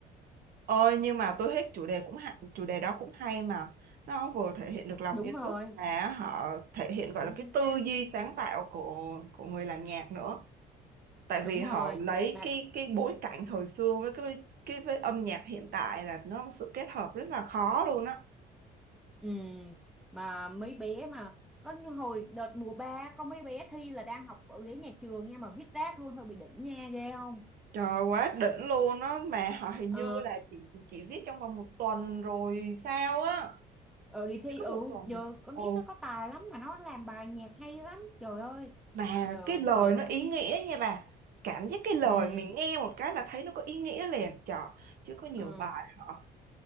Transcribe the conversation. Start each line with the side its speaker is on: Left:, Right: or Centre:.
Right: Ôi nhưng mà tôi thích chủ đề cũng hay, chủ đề đó cũng hay mà nó vừa thể hiện được lòng
Centre: <laughs> đúng
Right: yêu
Centre: rồi
Right: nước mà họ thể hiện gọi
Centre: đúng
Right: là cái
Centre: chính
Right: tư
Centre: xác
Right: duy sáng tạo của của người làm nhạc nữa tại vì
Centre: đúng
Right: họ
Centre: rồi
Right: lấy
Centre: mà
Right: cái cái bối cảnh thời xưa với cái cái với âm nhạc hiện tại là nó một sự kết hợp rất là khó luôn á
Centre: Ừ, mà mấy bé mà có như hồi đợt mùa ba có mấy bé thi là đang học ở ghế nhà trường nha mà viết rác luôn hơi bị đỉnh nha ghê không
Right: trời quá đỉnh luôn á mà họ hình
Centre: ờ
Right: như là chỉ chỉ viết trong vòng một tuần rồi sao á
Centre: ờ đi
Right: chỉ
Centre: thi
Right: có
Centre: ừ
Right: một tuần
Centre: giờ con
Right: ừ
Centre: nít nó có tài lắm mà nó làm bài nhạc hay lắm trời ơi
Right: Mà
Centre: giờ
Right: cái lời
Centre: thiệt
Right: nó ý nghĩa nha bà Cảm giác cái lời
Centre: ừ
Right: mình nghe một cái là thấy nó có ý nghĩa liền trời Chứ có nhiều
Centre: ờ
Right: bài họ